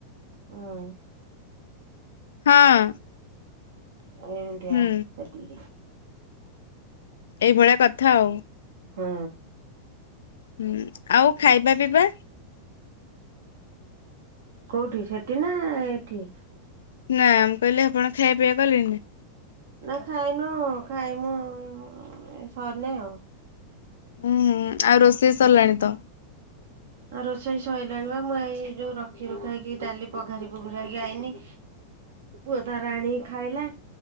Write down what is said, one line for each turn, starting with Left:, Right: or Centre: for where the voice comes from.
Right: ଅଁ।
Left: ହଁ।
Right: ଏମତିଆ
Left: ହୁଁ
Right: ସେଠି।
Left: ଏଇଭଳିଆ କଥା ଆଉ।
Right: ହଁ।
Left: ହୁଁ ଆଉ ଖାଇବା ପିଇବା?
Right: କୋଉଠି ସେଠି ନା ଏଠି?
Left: ନା ମୁଁ କହିଲେ ଆପଣ ଖାଇବା ପିଇବା କଲେଣିି ନା?
Right: ନା ଖାଇନୋଉ ଖାଇମୁ ଏ ସରିନେଇ ଆଉ।
Left: ଉଁହୁଁ ଆଉ ରୋଷେଇ ସରଲାଣି ତ।
Right: ହଁ ରୋଷେଇ ସଇଲାଣି ପା ମୁଁ ଏଇ ଯୋଉ ରଖି ରୁଖାକି ଡାଲି ପଘାରି ପୁଘୁରାକି ଆଇନି। ପୁତ ତାର ଆଣିକି ଖାଇଲା।